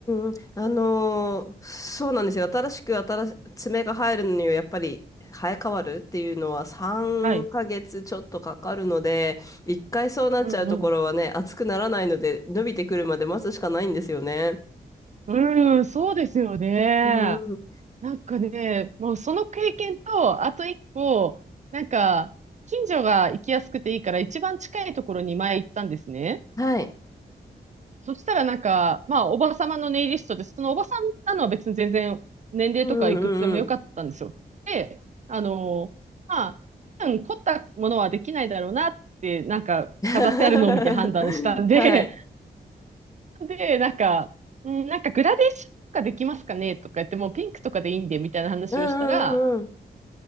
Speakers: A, on the left; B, on the right.
A: んうん。あのーそうなんですよ。新しく新し、爪が入るのにはやっぱり生え変わるっていうのは3ヶ月ちょっとかかるので、
B: はい。
A: 一回そうなっちゃうところはね、
B: うんうん。
A: 熱くならないので、伸びてくるまで待つしかないんですよね。
B: うん、うんそうですよね。
A: うんうん
B: なんかね、もうその経験と、あと一個、なんか、近所が行きやすくていいから、一番近いところに前行ったんですね。
A: はい。
B: そしたらなんか、まあ、おばさまのネイリストで、そのおばさんなのは別に全然年齢とかいくつでもよかったんですよ。
A: うんうんうん。
B: で、あのーまあ、多分凝ったものはできないだろうなって、なんか飾ってあるのを見て判断したんで、
A: <laughs> はい。
B: <laughs> で、なんか、うん、なんかグラデーションとかできますかねとか言って、もうピンクとかでいいんで、みたいな話をしたら、
A: うんうんうん